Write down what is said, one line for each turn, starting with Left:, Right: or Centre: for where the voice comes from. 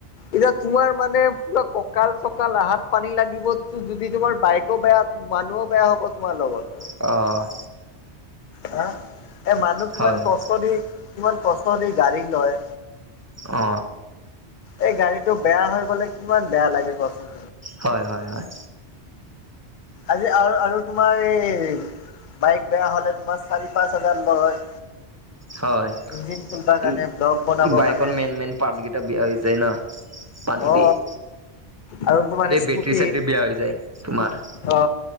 Left: এতিয়া তোমাৰ মানে পুৰা কঁকাল-চকাল আহাত পানী লাগিব ত' যদি তোমাৰ বাইকো বেয়া মানুহো বেয়া হব তোমাৰ লগৰ লগত।
Right: অঁ।
Left: হা, এ মানুহ কিমান
Right: হয় হয়
Left: কষ্ট দি কিমান কষ্ট দি গাড়ী লয়।
Right: অ।
Left: এই গাড়ীটো বেয়া হৈ গ'লে কিমান বেয়া লাগে কচোন।
Right: হয় হয় হয়।
Left: আজি আৰু আৰু তোমাৰ এই বাইক বেয়া হ'লে তোমাৰ চাৰি-পাঁচ হাজাৰ লয়।
Right: হয়,
Left: ইঞ্জিন খুলিবৰ কাৰণে
Right: উম
Left: ব্লক বনাবৰ
Right: বাইকৰ
Left: কাৰণে
Right: মেইন-মেইন পাৰ্ট কেইটা বিয়া হৈ যায় না। পানী
Left: অ
Right: দি এ
Left: আৰু তোমাৰ স্কুটি
Right: বেটৰী -চেটৰী বেয়া হৈ যায় তোমাৰ।
Left: অ,